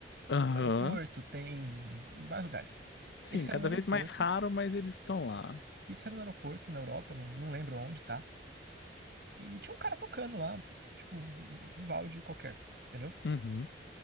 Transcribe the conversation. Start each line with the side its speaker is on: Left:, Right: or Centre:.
Left: Aham.
Right: no aeroporto, tem em vários lugares.
Left: Sim,
Right: Esse
Left: cada
Right: era no aeroporto,
Left: vez mais raro, mas eles estão lá.
Right: isso, isso era no aeroporto, na Europa, não, não lembro onde, tá? E tinha um cara tocando lá, tipo, Vivaldi qualquer. Entendeu?
Left: Uhum.